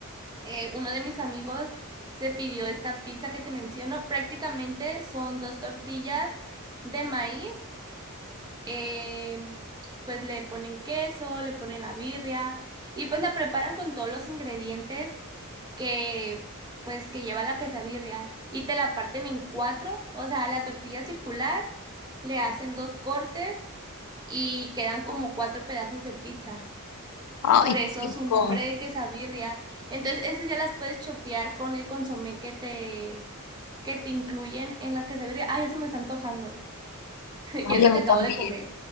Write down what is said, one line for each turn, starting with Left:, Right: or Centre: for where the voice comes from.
Right: eh, uno de mis amigos se pidió esta pizza que te menciono. Prácticamente son dos tortillas de maíz, eh, pues le ponen queso, le ponen la birria y pues la preparan con todos los ingredientes que pues que lleva la quesabirria y te la parten en cuatro, o sea, la tortilla circular, le hacen dos cortes y quedan como cuatro pedazos de pizza.
Left: Ay,
Right: Por eso
Left: qué rico.
Right: su nombre de quesabirria. Entonces, esas ya las puedes chopear con el consomé que te, que te incluyen en la quesabirria. Ah, ya se me está antojando. <laughs>
Left: Ay,
Right: Y eso
Left: a mí
Right: que acabo
Left: también.
Right: de comer.